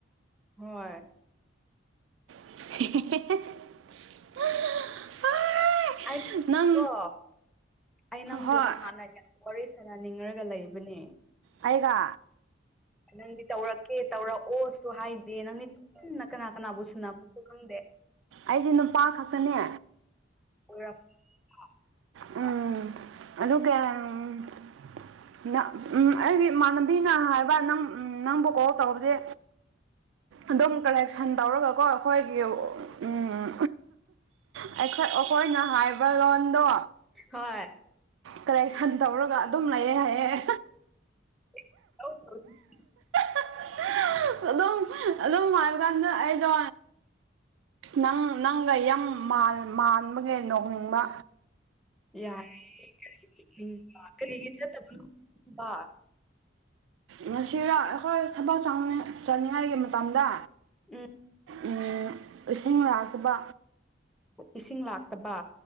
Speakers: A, in the centre; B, on the right (about 80°).
A: ꯍꯣꯏ
B: <unintelligible>
A: ꯑꯩꯅꯀꯣ
B: ꯅꯪ
A: ꯑꯩ ꯅꯪꯕꯨ
B: ꯍꯣꯏ
A: ꯅꯍꯥꯟꯅ ꯌꯥꯝ ꯋꯥꯔꯤ ꯁꯥꯅꯅꯤꯡꯔꯒ ꯂꯩꯕꯅꯦ
B: ꯑꯩꯒ
A: ꯅꯪꯗꯤ ꯇꯧꯔꯛꯀꯦ ꯇꯧꯔꯑꯣꯁꯨ ꯍꯥꯏꯗꯦ ꯅꯪꯗꯤ ꯄꯨꯟꯅ ꯀꯅꯥ ꯀꯅꯥꯕꯨ ꯁꯥꯟꯅꯕꯅꯣ ꯈꯪꯗꯦ
B: ꯑꯩꯗꯤ ꯅꯨꯄꯥ ꯈꯇꯅꯦ
A: ꯑꫭꯏꯔꯝ <unintelligible>
B: ꯎꯝ ꯑꯗꯨ ꯀꯌꯥꯝ <unintelligible> ꯎꯝ ꯑꯩꯒꯤ ꯏꯃꯥꯟꯅꯕꯤꯅ ꯍꯥꯏꯕ ꯅꯪ ꯅꯪꯕꯨ ꯀꯣꯜ ꯇꯧꯕꯗꯤ ꯑꯗꯨꯝ ꯀꯂꯦꯛꯁꯟ ꯇꯧꯔꯒꯀꯣ ꯑꯈꯣꯏꯒꯤ ꯎꯝ <unintelligible> ꯑꯈꯣꯏꯅ ꯍꯥꯏꯕ ꯂꯣꯟꯗꯣ
A: ꯍꯣꯏ
B: ꯀꯔꯦꯛꯁꯟ ꯇꯧꯔꯒ ꯑꯗꯨꯝ ꯂꯩꯌꯦ ꯍꯥꯏꯌꯦ
A: <unintelligible>
B: <unintelligible> ꯑꯗꯨꯝ ꯑꯗꯨꯝ ꯍꯥꯏꯕ ꯀꯥꯟꯗ ꯑꯩꯗꯣ ꯅꯪ ꯅꯪꯒ ꯌꯥꯝ ꯃꯥꯟ ꯃꯥꯟꯕꯒꯤ ꯅꯣꯛꯅꯤꯡꯕ
A: ꯌꯥꯔꯦ ꯀꯔꯤ ꯅꫭꯛꯅꯤꯡꯕ ꯀꯔꯤꯒꯤ ꯆꯠꯇꯕꯅꯣꯕ
B: ꯉꯁꯤꯔꯣ ꯑꯩꯈꯣꯏ ꯊꯕꯛ <unintelligible> ꯆꯠꯅꯤꯡꯉꯥꯏꯒꯤ ꯃꯇꯝꯗ
A: ꯎꯝ
B: ꯎꯝ ꯏꯁꯤꯡ ꯂꯥꯛꯇꯕ
A: ꯏꯁꯤꯡ ꯂꯥꯛꯇꯕ